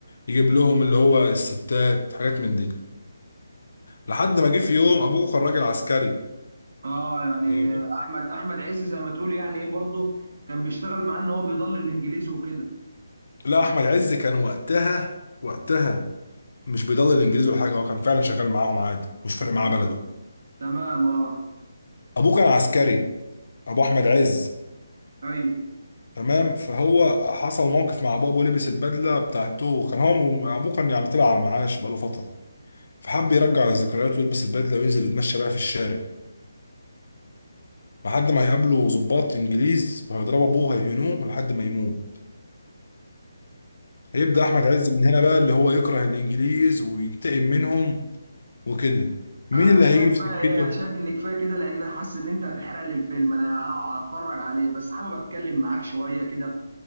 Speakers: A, on the left; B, on the right.
A: يجيب لهم اللي هو الستات حاجات من دي لحد ما جه في يوم ابوه كان راجل عسكري
B: اه يعني
A: إيه،
B: احمد احمد عز زي ما تقول يعني ايه برضه كان بيشتغل معاه ان هو بيضل الانجليزي وكده
A: لا احمد عز كان وقتها وقتها مش بيضل الانجليز ولا حاجه هو كان فعلا شغال معاهم عادي مش فارق
B: اه
A: معاه بلده
B: تمام اه
A: ابوه كان عسكري ابو احمد عز
B: ايوه
A: تمام فهو حصل موقف مع بابه لبس البدله بتاعته كان هو ابوه كان يعني طلع على المعاش بقاله فتره فحب يرجع الذكريات ويلبس البدله وينزل يتمشى بقى في الشارع لحد ما هيقابله ضباط انجليز وهيضربوا ابوه هيهنوه لحد ما يموت هيبدا
B: طيب،
A: احمد عز من هنا بقى اللي هو يكره الانجليز وينتقم منهم وكده مين
B: انا
A: اللي
B: شايف
A: هيجي في
B: بقى
A: سكته
B: ايه انا شايف ان كفايه كده لان حاسس ان انت هتحرق لي الفيلم انا هتفرج عليه بس حابب اتكلم معاك شويه كده